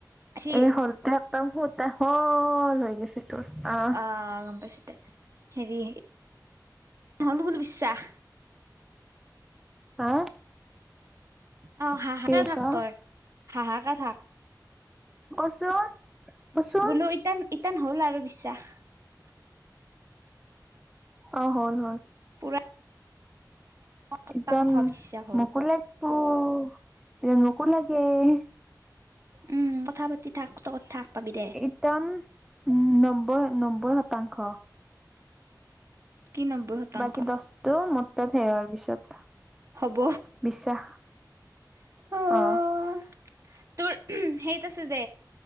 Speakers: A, on the right; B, in the centre.
A: আইছি
B: এই হ'লতে সূতা, শল হৈ গৈছে। তোৰ আহ
A: অঁ, গম পায়ছো দে'। হেৰি নহ'লো বুলি বিশ্বাস।
B: হা?
A: উ <inaudible> অঁ হাহাকে
B: কি কৈছা?
A: থাক তই, হাহাকে থাক।
B: কচোন কচোন
A: বোলো ইটান, ইটান হ'ল আৰু, বিশ চাহ <unintelligible>
B: অঁ হল-হল।
A: পুৰা শতাংশ
B: এান
A: বিশ্বাস
B: <unintelligible>
A: হ'ল
B: মকললে পো স নোকো লাগে <unintelligible> হে
A: উম কথা পাতি থাক, চত থাক পাবি দে
B: ইতান, নম ্ব <unintelligible> নব্বৈ শতাংশ।
A: কি নব্বৈ শতাংশ
B: বাকি দহটো, ম তাত সোয়াৰ পিছত
A: হ'ব
B: বিশ্বাস,
A: অ
B: অঁ।
A: তোৰ সেইত আছে যে,